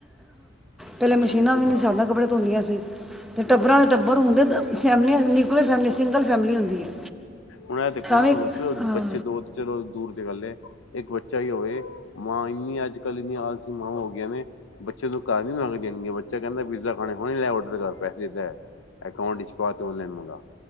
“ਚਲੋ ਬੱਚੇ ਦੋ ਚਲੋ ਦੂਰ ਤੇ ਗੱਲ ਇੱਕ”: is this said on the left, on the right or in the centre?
Left